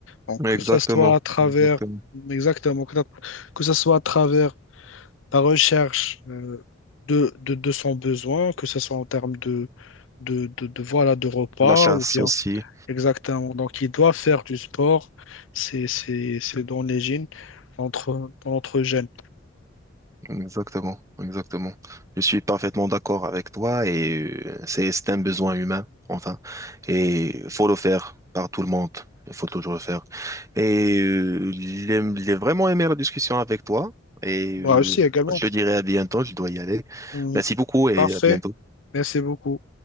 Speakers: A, on the left (about 85°); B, on the right (about 15°).
A: Donc,
B: Exactement,
A: que ce soit à travers,
B: exactement.
A: exactement, que, que ce soit à travers la recherche euh, de, de, de son besoin, que ce soit en termes de, de, de, de, voilà, de repas
B: La chasse
A: ou bien,
B: aussi,
A: exactement. Donc, il doit faire du sport, c'est, c'est, c'est dans les gènes, entre, dans notre gène.
B: exactement, exactement. Je suis parfaitement d'accord avec toi et euh, c'est c'est un besoin humain, enfin, et il faut le faire par tout le monde. Il faut toujours le faire. Et euh, j'ai j'ai vraiment aimé la discussion avec toi et
A: Moi
B: euh,
A: aussi également.
B: je te dirai à bientôt, je dois y aller.
A: Mm,
B: Merci beaucoup et
A: Parfait,
B: à bientôt.
A: merci beaucoup.